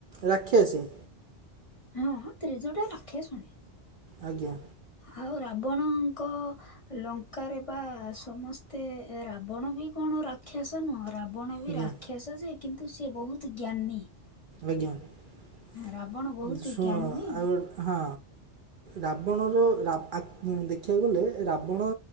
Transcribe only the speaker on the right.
ରାକ୍ଷେସୀ
ଆଜ୍ଞା।
ଆଜ୍ଞା
ଆଜ୍ଞା--ଶୁଣ
ଆଉ ହଁ। ରାବଣର ରାବ୍ ଆକ୍ ଦେଖିବାକୁ ଗଲେ ରାବଣ